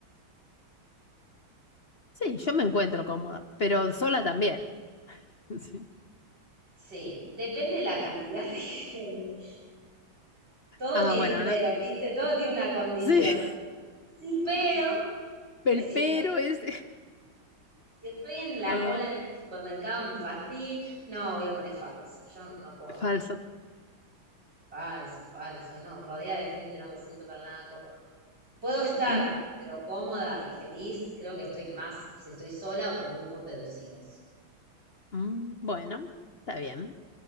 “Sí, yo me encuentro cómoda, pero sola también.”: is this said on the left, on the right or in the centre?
Left